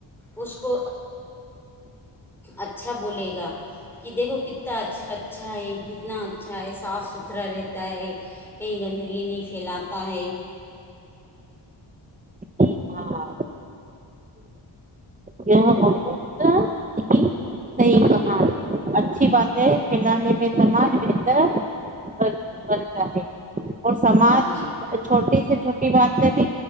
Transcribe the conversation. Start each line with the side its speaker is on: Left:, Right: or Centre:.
Centre: اس کو اچھا بولے گا کہ دیکھو کتنا اچھا ہے کتنا اچھا ہے صاف ستھرا رہتا ہے کہیں گندگی نہیں پھیلاتا ہے
Right: ہاں یہ بہت ہی صحیح کہاں اچھی باتیں پھیلانے میں سماج بہتر بن بنتا ہے اور سماج
Centre: جی
Right: چھوٹی سے چھوٹی بات سب